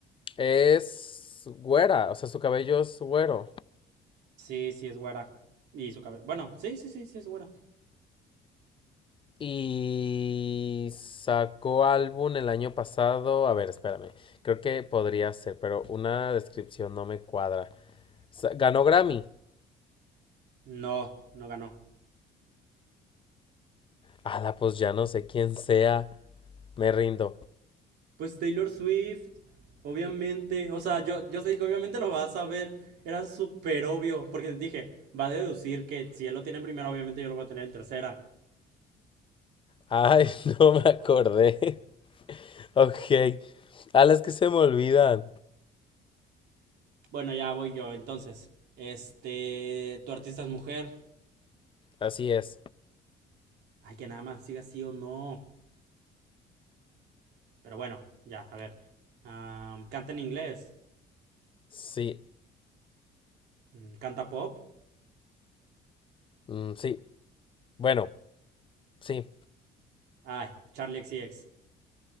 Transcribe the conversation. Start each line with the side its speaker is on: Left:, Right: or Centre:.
Left: es güera, o sea, su cabello es güero.
Right: Sí, sí es güera. Y su cabello. Bueno, sí, sí, sí, sí es güera.
Left: Y sacó álbum el año pasado. A ver, espérame. Creo que podría ser, pero una descripción no me cuadra. Ganó Grammy.
Right: No, no ganó.
Left: Ala, pues ya no sé quién sea. Me rindo.
Right: Pues Taylor Swift, obviamente. O sea, yo, yo te dije, obviamente lo vas a ver. Era súper obvio. Porque dije, va a deducir que si él lo tiene en primera, obviamente yo lo voy a tener en tercera.
Left: Ay, <laughs> no me acordé. <laughs> Ok. Ala, es que se me olvidan.
Right: Bueno, ya voy yo entonces. Este, tu artista es mujer.
Left: Así es.
Right: Ay, que nada más siga sí o no. Pero bueno, ya, a ver. Am, canta en inglés.
Left: Sí.
Right: Mm, Canta pop.
Left: Mm, sí. Bueno. Sí.
Right: Ay, Charlie X C X